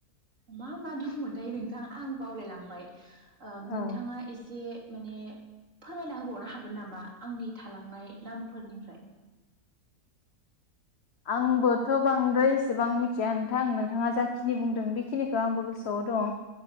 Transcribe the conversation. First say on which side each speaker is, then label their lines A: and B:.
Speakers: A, on the right; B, on the left.
A: मा मा दंमोनथाय नोंथां आं बावलायलांबाय। ओ नोंथाङा
B: औ
A: एसे माने फोरमायना होबावनो हागोन नामा आंनि थालांनाय नामफोरनिफ्राय
B: आंबोथ' बांद्राय एसेबां मिथिया नोंथां नोंथाङा जाखिनि बुंदों बेखिनिखौ आंबो गोसोआव दं‌